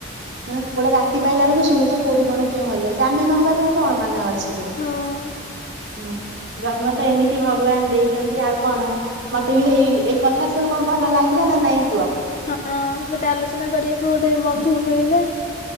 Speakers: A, on the right; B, on the left.
A: ହୁଁ ଗୋଟେ ରାତି ପାଇଲା ବେଳକୁ ଶୁଣିଛେ କୋଉଠି କଣ କିଏ ମରିଯାଇଛି ଆମେ ନହବା ବୋଲି କଣ ମାନେ ଅଛି ଯେ।
B: ହଁ।
A: ହୁଁ ଜନ୍ମ ତ ଏମିତି ଭଗବାନ ଦେଇଛନ୍ତି ଆଉ କଣ ମତେ ବି ହେଇ ଏଇ କଥା ସବୁ କଣ ଭଲ ଲାଗିଲା ନା ନାଇଁ କୁହ?
B: ହଁ। ଗୋଟେ ଆଲୋଚନା କରିବାକୁ ଗୋଟେ ବନ୍ଧୁ ମିଳିଲେ।